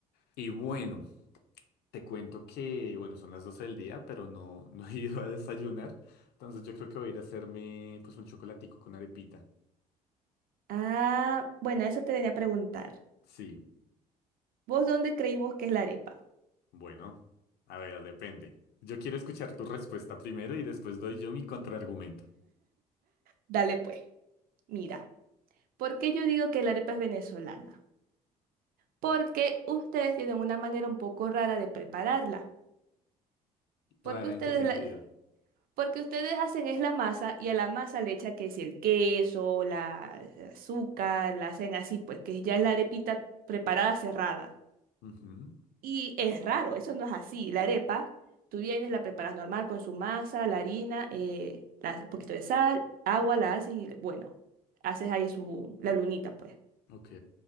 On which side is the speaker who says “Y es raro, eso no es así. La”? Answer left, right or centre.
Right